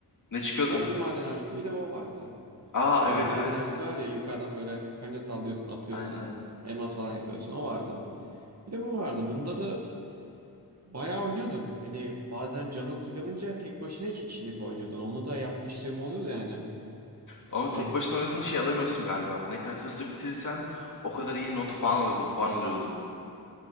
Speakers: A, on the left; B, on the right.
A: Ne çıkıyordu?
B: Ya bir maden avcısı bir de o vardı.
A: Aa
B: E,
A: evet
B: maden
A: evet.
B: avcısı var ya yukarıdan böyle kanca sallıyorsun, atıyorsun.
A: Aynen.
B: Elmas falan yakalıyorsun. O vardı. Bir de bu vardı. Bunda da bayağı oynuyordum. Hani bazen canın sıkılınca tek başına iki kişilik oynuyordun. Onu da yapmışlığım oluyordu yani.
A: Ama tek
B: Ha,
A: başına oynadığında şey alamıyorsun galiba. Ne kadar hızlı bitirirsen o kadar iyi not falan alıyordun, puan alıyordun.